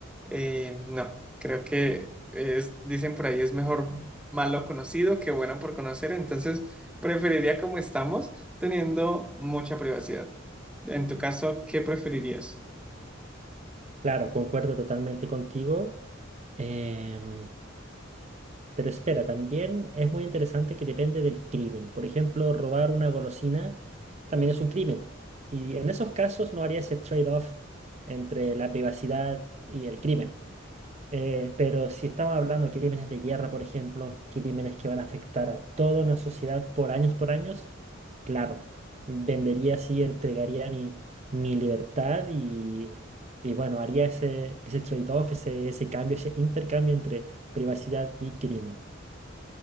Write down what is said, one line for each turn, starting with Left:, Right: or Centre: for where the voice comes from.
Centre: eh, no, creo que es, dicen por ahí es mejor malo conocido que bueno por conocer. Entonces, preferiría como estamos, teniendo mucha privacidad. En tu caso, ¿qué preferirías?
Right: Claro, concuerdo totalmente contigo. Em, pero espera, también es muy interesante que depende del crimen. Por ejemplo, robar una golosina también es un crimen. Y en esos casos no haría ese trade-off entre la privacidad y el crimen. Eh, pero si estamos hablando de crímenes de guerra, por ejemplo, crímenes que van a afectar a toda una sociedad por años por años, claro, vendería así, entregaría mi, mi libertad y, y bueno, haría ese, ese trade-off, ese, ese cambio, ese intercambio entre privacidad y crimen.